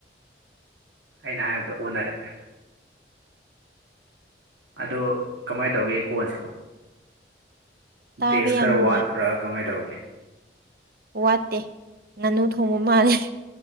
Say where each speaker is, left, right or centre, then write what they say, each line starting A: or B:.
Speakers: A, on the right; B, on the right.
A: ꯑꯩꯅ ꯍꯥꯏꯕꯗꯣ ꯑꯣꯟꯅꯔꯦ ꯑꯗꯣ ꯀꯃꯥꯏꯅ ꯇꯧꯒꯦ ꯑꯩ ꯀꯣꯟꯁꯤꯕ
B: ꯇꯥꯕ
A: ꯕꯦꯁ
B: ꯌꯥꯝ
A: ꯈꯔ
B: ꯅꯨꯡꯉꯥꯏ
A: ꯋꯥꯠꯄ꯭ꯔꯥ ꯀꯃꯥꯏꯅ ꯇꯧꯒꯦ ꯑꯦ
B: ꯋꯥꯠꯇꯦ ꯉꯥꯅꯨ ꯊꯣꯡꯕ ꯃꯥꯜꯂꯦ